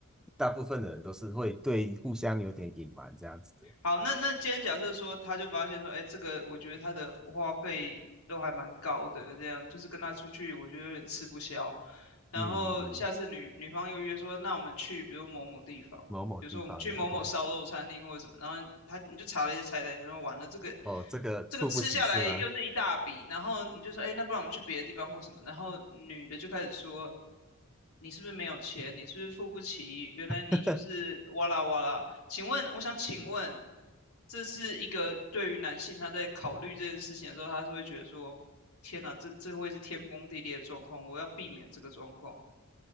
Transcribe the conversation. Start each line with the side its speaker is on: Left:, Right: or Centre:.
Centre: 大部分的人都是会对互相有点隐瞒这样子。
Left: 好，那那今天假设说，他就发现说，哎，这个我觉得他的花费都还蛮高的，这样就是跟他出去，我觉得有点吃不消。然后下次女女方又约说，
Centre: 嗯嗯，
Left: 那我们去，比如某某地方，
Centre: 某某地方的，OK，
Left: 比如说我们去某某烧肉餐厅或者什么，然后他你就查了一些菜单，想说完了这个
Centre: 哦，这个付不起是吗？
Left: 这个吃下来又是一大笔，然后你就说，哎，那不然我们去别的地方或什么，然后女的就开始说，你是不是没有钱？你是不是付不起？原来你就是哇啦哇啦。
Centre: <laughs>
Left: 请问，我想请问，这是一个对于男性他在考虑这件事情的时候，他是会觉得说，天哪，这这会是天崩地裂的状况，我要避免这个状况。